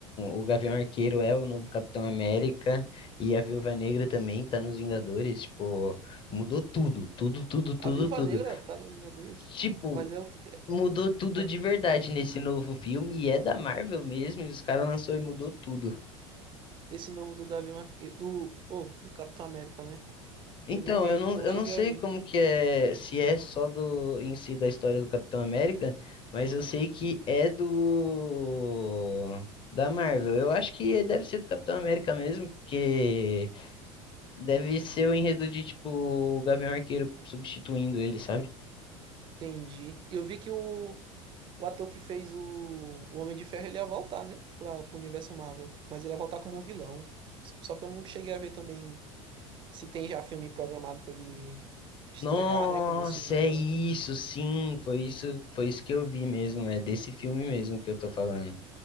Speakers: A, on the left; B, on the right.
A: o Gavião Arqueiro é o novo Capitão América, e a Viúva Negra também tá nos Vingadores, tipo. Mudou tudo, tudo, tudo, tudo,
B: A Viúva
A: tudo.
B: Negra tá nos Vingadores,
A: Tipo,
B: mas é o que é,
A: mudou tudo
B: ah,
A: de verdade nesse novo filme e é da Marvel mesmo, e os caras lançou e mudou tudo.
B: esse novo do Gavião Arqueiro, do, oh, do Capitão América, né? Eu
A: Então,
B: não vi,
A: eu não,
B: não
A: eu
B: cheguei
A: não sei
B: a ver.
A: como que é, se é só do em si da história do Capitão América, mas eu sei que é do da Marvel. Eu acho que deve ser do Capitão América mesmo, porque deve ser o enredo de tipo o Gavião Arqueiro substituindo ele, sabe?
B: Entendi. Eu vi que o O ator que fez o, o Homem de Ferro, ele ia voltar, né? Pra, pro universo Marvel. Mas ele ia voltar como um vilão. Só que eu não cheguei a ver também se tem já filme programado pra ele estrear,
A: Nossa,
B: né? Como esse vilão.
A: é isso, sim, foi isso, foi isso que eu vi mesmo, é desse filme mesmo que eu tô falando.